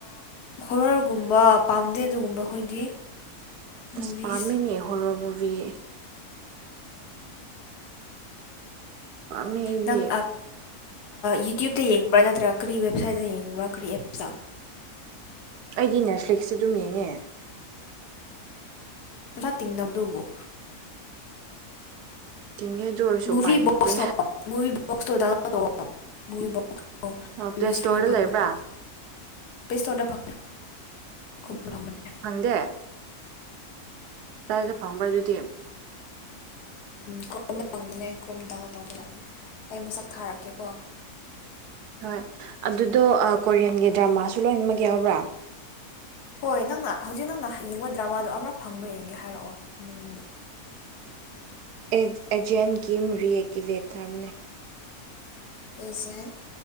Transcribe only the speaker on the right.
ꯑꯁ ꯄꯥꯝꯃꯤꯅꯦ ꯍꯣꯔꯣ ꯃꯨꯚ ꯄꯥꯝꯃꯦ ꯑꯩꯗꯤ
ꯑꯩꯗꯤ ꯅꯦꯠꯐ꯭ꯂꯤꯛꯁꯁꯦ ꯑꯗꯨꯝ ꯌꯦꯡꯉꯦ
ꯇꯤꯡꯉꯦ ꯑꯗꯨ ꯑꯣꯏꯔꯁꯨ
ꯎꯄꯥꯏ ꯂꯩꯇꯦ
ꯄ꯭ꯂꯦ ꯏꯁꯇꯣꯔꯗ
ꯂꯩꯕ꯭ꯔꯥ
ꯍꯪꯗꯦ ꯀꯗꯥꯏꯗ ꯐꯪꯕ꯭ꯔꯥ ꯑꯗꯨꯗꯤ
ꯍꯣꯏ ꯑꯗꯨꯗꯣ ꯀꯣꯔꯤꯌꯟꯒꯤ ꯗ꯭ꯔꯃꯥꯁꯨ ꯂꯣꯏꯅꯃꯛ ꯌꯥꯎꯕ꯭ꯔꯥ
ꯑꯦꯖꯦꯟ ꯀꯝ ꯔꯤꯑꯛꯇꯤꯚꯦꯠ ꯊꯔꯝꯃꯦ